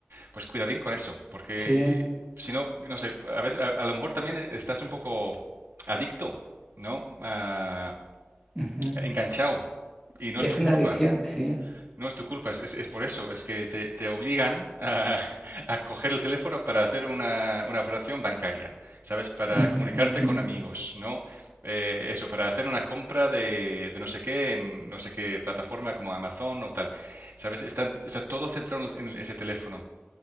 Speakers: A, on the right; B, on the left.
A: pues cuidadín con eso, porque
B: sí.
A: si no, no sé, a, veces, a, a lo mejor también estás un poco adicto, ¿no? Ah,
B: ujú.
A: enganchado y no
B: Ya
A: es
B: es
A: tu
B: una
A: culpa.
B: adicción, sí.
A: No es tu culpa, es, es- es por eso, es que te, te obligan a, <laughs> a coger el teléfono para hacer una, una operación bancaria, ¿sabes? Para
B: ujú,
A: comunicarte
B: ujú.
A: con amigos, ¿no? Eh, eso, para hacer una compra de, de no sé qué en no sé qué plataforma como Amazon o tal, ¿sabes? Está, está todo centrado en el- en el- ese teléfono.